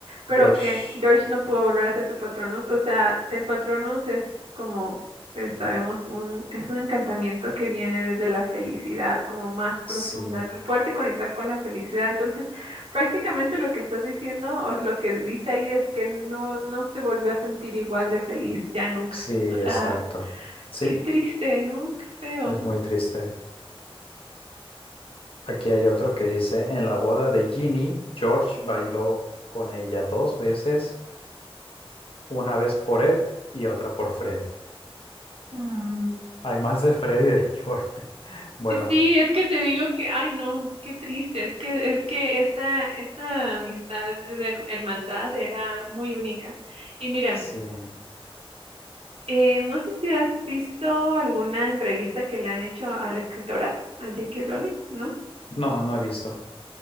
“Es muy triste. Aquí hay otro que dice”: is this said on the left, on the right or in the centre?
Left